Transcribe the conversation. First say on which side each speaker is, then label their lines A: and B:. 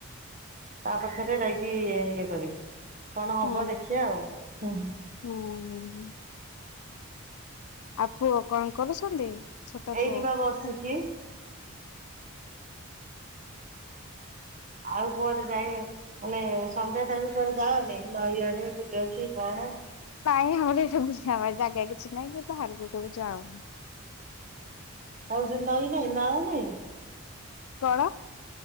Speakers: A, on the right; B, on the left.
A: ତା ପଛରେ ଯାଇକି ଇଏ କରିବି। କଣ ହବ
B: ହୁଁ
A: ଦେଖିବା ଆଉ ହୁଁ।
B: ହୁଁ। ଆଉ ପୁଅ କଣ କରୁଛନ୍ତି ଛୋଟ
A: ଏଇଠି
B: ପୁଅ
A: ବା ବସିଛି
B: ହଁ?
A: ଆଉ କୁଆଡେ ଯାଇ - ମାନେ ସନ୍ଧ୍ୟା ଟାଇମ କଆେ ଯାାଉନି ନଈଆଡେ ବୁଲଉ କି କଣ?
B: କ ଆମର ଏଇଟା ବୁଝ ଆମ ଜାଗା କିଛି ନାଇଁ କି ତ ଆକୁ ଯାାଉନ।
A: ଆଉ ସେ ନଈଁ ନହିଁ ନାଳ ନାହିଁ।
B: କଣ?